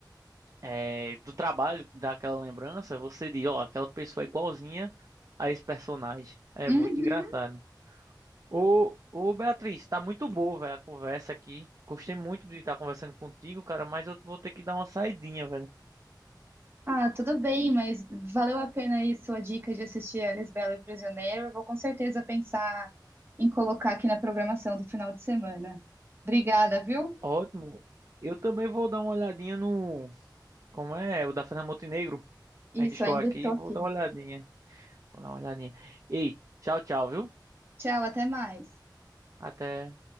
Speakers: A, on the right; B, on the right.
A: é, do trabalho, daquela lembrança, você diz, ó, aquela pessoa é igualzinha a esse personagem. É
B: Uhum.
A: muito engraçado. Ô, ô Beatriz, tá muito boa, velho, a conversa aqui. Gostei muito de estar conversando contigo, cara, mas eu vou ter que dar uma saidinha, velho.
B: Ah, tudo bem, mas valeu a pena aí sua dica de assistir Alice Bela e o Prisioneiro. Eu vou com certeza pensar em colocar aqui na programação do final de semana. Obrigada, viu?
A: Ótimo. Eu também vou dar uma olhadinha no Como é? O da Fernanda Montenegro.
B: Isso,
A: Ainda estou
B: ainda
A: aqui,
B: estou
A: vou
B: aqui.
A: dar uma olhadinha. Vou dar uma olhadinha. Ei, tchau, tchau, viu?
B: Tchau, até mais.
A: Até.